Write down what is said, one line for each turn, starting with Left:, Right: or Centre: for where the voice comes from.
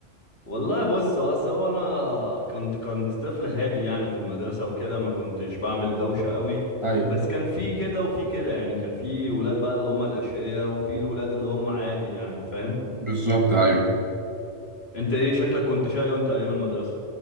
Left: والله بص أصل هو أنا كنت كنت طفل هادي يعني في المدرسة وكده ما كنتش بعمل دوشة قوي
Right: ايوه
Left: بس كان في كده وفي كده يعني كان في ولاد بقى اللي هم الأشقياء وفي الولاد اللي هم عادي يعني فاهم
Right: بالظبط ايوه
Left: انت ايه شكلك كنت شقي وانت ايام المدرسة